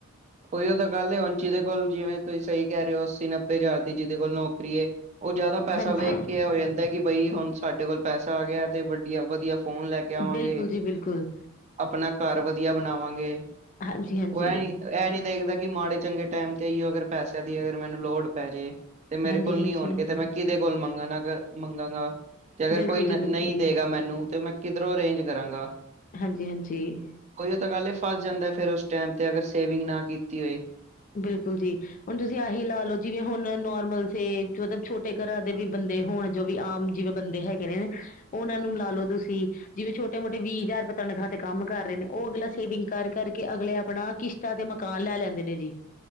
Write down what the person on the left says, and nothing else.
ਹਾਂਜੀ
ਬਿਲਕੁਲ ਜੀ ਬਿਲਕੁਲ
ਹਾਂਜੀ ਹਾਂਜੀ।
ਹਾਂਜੀ-ਹਾਂਜੀ,
ਬਿਲਕੁਲ
ਜੀ ਬਿਲਕੁਲ।
ਹਾਂਜੀ ਹਾਂਜੀ।
ਬਿਲਕੁਲ ਜੀ। ਹੁਣ ਤੁਸੀਂ ਆਹੀ ਲਾ ਲਓ ਜਿਵੇਂ ਹੁਣ ਨੋਰਮਲ ਸੇ ਮਤਲਬ ਛੋਟੇ ਘਰ ਦੇ ਵੀ ਬੰਦੇ ਹੋਣ ਜੋ ਵੀ ਆਮ ਜਿਵੇਂ ਬੰਦੇ ਹੈਗੇ ਨੇ ਉਹਨਾਂ ਨੂੰ ਲਾ ਲਓ ਤੁਸੀਂ ਜਿਵੇਂ ਛੋਟੇ-ਮੋਟੇ ਵੀਹ ਹਜ਼ਾਰ ਰੁਪਏ ਤਨਖਾਹ ਤੇ ਕੰਮ ਕਰ ਰਹੇ ਨੇ ਉਹ ਅਗਲਾ ਸੇਵਿੰਗ ਕਰਕੇ ਅਗਲੇ ਆਪਣਾ ਕਿਸ਼ ਕਿਸ਼ਤਾਂ ਤੇ ਮਕਾਨ ਲੈ ਲੈਂਦੇ ਨੇ ਜੀ,